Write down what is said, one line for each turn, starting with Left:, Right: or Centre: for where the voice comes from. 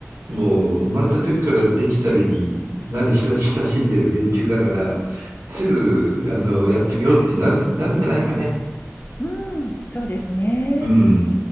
Right: もう生まれた時からデジタルに慣れ親しんでる連中だから、すぐ、あの、やってみようってなる、なるんじゃないかね。
Left: うん、そうですね。
Right: うん。